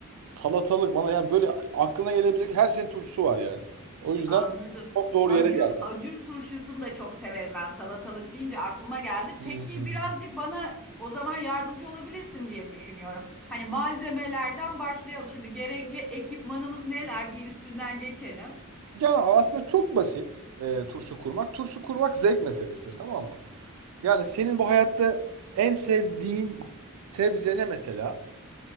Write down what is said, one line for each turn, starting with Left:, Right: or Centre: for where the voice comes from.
Right: salatalık bana yani böyle aklına gelebilecek her şeyin turşusu var yani. O yüzden
Centre: Anladım.
Right: çok doğru
Centre: Acur,
Right: yere geldi.
Centre: acur turşusunu da çok severim ben. Salatalık deyince aklıma geldi.
Right: Hmm.
Centre: Peki birazcık bana o zaman yardımcı olabilirsin diye düşünüyorum. Hani malzemelerden başlayalım. Şimdi gerekli ekipmanımız neler? Bir üstünden geçelim.
Right: Ya aslında çok basit e, turşu kurmak. Turşu kurmak zevk meselesidir tamam mı? Yani senin bu hayatta en sevdiğin sebze ne mesela?